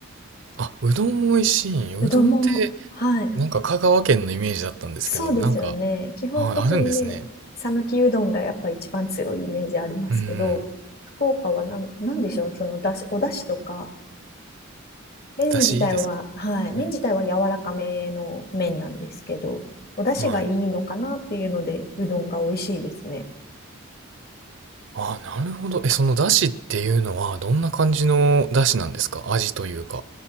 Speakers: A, on the right (about 65°); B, on the left (about 45°).
A: あ、うどんも美味しい。うどんって、
B: うどんも、はい、
A: なんか香川県のイメージだったんですけど、
B: そうですよね。
A: なんか、
B: 基本的にね、
A: あ、あるんですね。
B: 讃岐うどんがやっぱ一番強いイメージありますけど、
A: うんうん。
B: 福岡はなん、なんでしょう、そのだし、お出汁とか、麺自体は、
A: だしですか
B: はい、麺自体は柔らかめの麺なんですけど、
A: はい。
B: お出汁がいいのかなっていうので、
A: はい。
B: うどんが美味しいですね。
A: あ、なるほど。え、そのだしっていうのは、どんな感じのだしなんですか味というか。